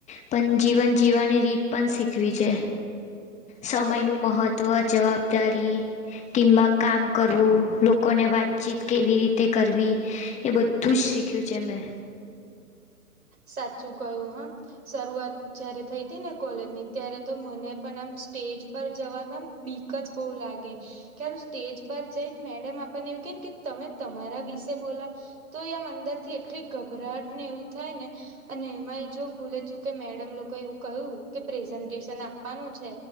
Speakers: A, on the left (about 15°); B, on the right (about 65°).
A: પણ જીવન જીવવાની રીત પણ શીખવી છે. સમયનું મહત્વ જવાબદારી. ટીમમાં કામ કરવું લોકોને વાતચીત કેવી રીતે કરવી એ બધ. તું જ શીખવ છે મેં.
B: સાચું કયું હા શરૂઆત જયારે થઈ હતી ને. કોલેજ ની ત્યારે તો મને પણ આમ સ્ટેજ પર જવાનુંમ બીક જ બહુ લાગે. તારું સ્ટેજ પર જઈને મેડમ આપણને એવું કે ને કે તમે તમારા વિશે બોલા. તો એ આમ અંદર થી એટલી ગભરાટ ને એવું થાય ને. અને એમાં એ જો ભૂલે ચુકે મેડમ લોકો એવું કહ્યું કે પ્રેઝન્ટેશન આપવાનું છે.